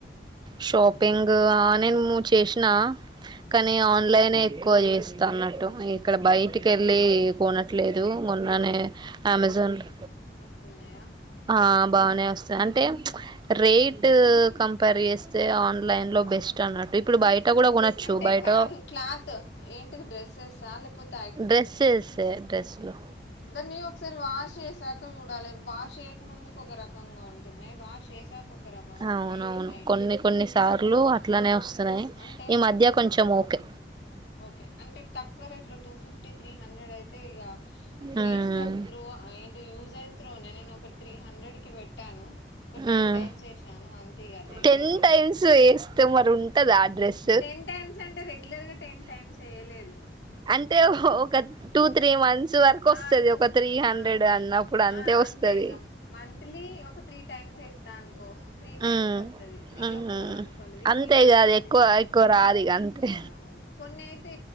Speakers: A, on the right; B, on the left.
A: షాపింగ్ ఆ నేను ము చేసినా కానీ ఆన్లైన్ ఎక్కువ చేస్ అన్నట్టు ఇక్కడ బయటికెళ్ళి కొనట్లేదు మొన్ననే అమెజాన్ లో
B: తున్నాయా
A: ఆ బానే వస్తది అంటే ప్చ్ రేట్ కం పర్ చేస్తే ఆన్లైన్ లో బెస్ట్ అన్నట్టు ఇప్పుడు బయట కూడా కొనొచ్చు
B: అంటే
A: బయట
B: కాదు క్లాత్ ఏంటిది డ్రెస్సెస్సా లేకపోతే
A: డ్రెస్సేసె డ్రెస్లు
B: దనివ్వు ఒకసారి వాష్ చేసాక చూడాలి వాష్ చేయక ముందుకు ఒక రకంగా ఉంటున్నాయి వాష్ చేసాక ఒక రకంగా
A: అవునవును
B: ఉంటాయి ఆన్లైన్లో
A: కొన్ని కొన్ని సార్లు అట్లానే వస్తున్నాయి
B: అంటే
A: ఈ మధ్య కొంచెం ఓకే
B: ఓకే అంటే తక్కువ రేట్లో టూ ఫిఫ్టీ త్రీ హండ్రెడ్ అయితే ఇక
A: ఉమ్
B: వేస్ట్ ఆఫ్ త్రో ఏంటి యూజ్ అయిన త్రోనే నేను ఒకటి త్రీ హండ్రెడ్ కి పెట్టాను ఒక టెన్
A: ఉమ్
B: టైమ్స్ వేసాను అంతే ఇక అది అయిపోయింది
A: టెన్
B: ఇక
A: టైమ్స్ వేస్తే మరి ఉంటది ఆ డ్రెస్
B: టెన్ టైమ్స్ అంటే రెగ్యులర్గా టెన్ టైమ్స్ వేయలేదు
A: అంటే ఒక టూ త్రీ మంత్స్ సు వరకు వస్తుది
B: ఆ! టూ
A: ఒక త్రీ హండ్రెడ్
B: ఆ!
A: అన్నప్పుడు
B: ఆ!
A: అంతే వస్తాది
B: ఇగ మంత్లీ ఒక త్రీ టైమ్స్ వేస్తా అనుకో త్రీ టైమ్స్
A: ఉమ్
B: అయితది త్రీయో
A: ఉమ్
B: ఫోరో అనుకోండి వీక్లీ
A: అంతే
B: వన్స్
A: ఇగ అది
B: అయితే
A: ఎక్కువ ఎక్కువ రాదు ఇగ అంతే
B: అవును కొన్ని అయితే